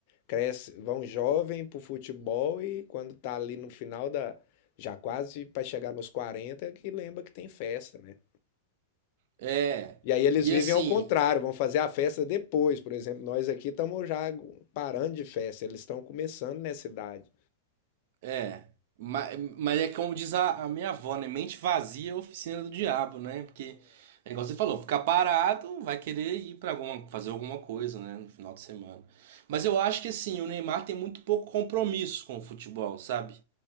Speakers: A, on the left (about 45°); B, on the right (about 50°).
A: crescem, vão jovem pro futebol e quando tá ali no final da... Já quase pra chegar nos 40, é que lembra que tem festa, né?
B: é.
A: E aí eles
B: E
A: vivem
B: assim,
A: ao contrário, vão fazer a festa depois. Por exemplo, nós aqui estamos já parando de festa, eles estão começando nessa idade.
B: É, mas, mas é como diz a, a minha avó, né? Mente vazia é oficina do diabo, né? Porque, é igual você falou, ficar parado vai querer ir para alguma, fazer alguma coisa, né? No final de semana. Mas eu acho que, assim, o Neymar tem muito pouco compromisso com o futebol, sabe?